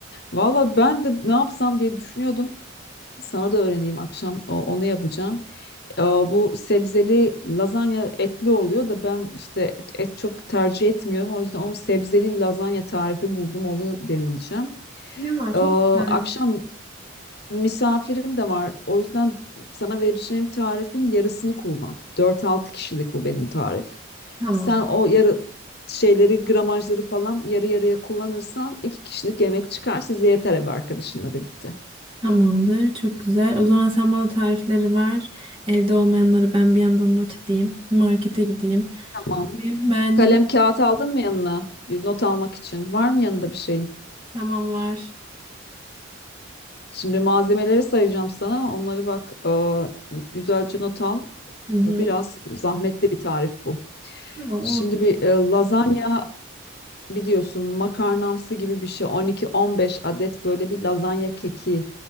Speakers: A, on the left; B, on the right.
A: Valla ben de ne yapsam diye düşünüyordum. Sana da öğreneyim akşam o- onu yapacağım. Ee, bu sebzeli lazanya etli oluyor da ben işte et, et çok tercih etmiyorum. O yüzden onun sebzeli bir lazanya tarifi buldum onu deneyeceğim.
B: Ya çok
A: Ee,
B: güzel.
A: akşam Misafirim de var. O yüzden sana vereceğim tarifin yarısını kullan. Dört altı kişilik bu benim tarif.
B: Tamam.
A: Sen o yarı şeyleri, gramajları falan yarı yarıya kullanırsan iki kişilik yemek çıkar size yeter ev arkadaşınla birlikte.
B: Tamamdır. Çok güzel. O zaman sen bana tarifleri ver. Evde olmayanları ben bir yandan not edeyim. Markete gideyim.
A: Tamam.
B: Beğendim.
A: Kalem kağıt aldın mı yanına? Bir not almak için. Var mı yanında bir şeyin?
B: Tamam var.
A: Şimdi malzemeleri sayacağım sana. Onları bak e, güzelce not al.
B: Hı hı.
A: Biraz zahmetli bir tarif bu.
B: Tamam
A: Şimdi
B: olsun.
A: bir e, lazanya biliyorsun makarnamsı gibi bir şey 12-15 adet böyle bir lazanya keki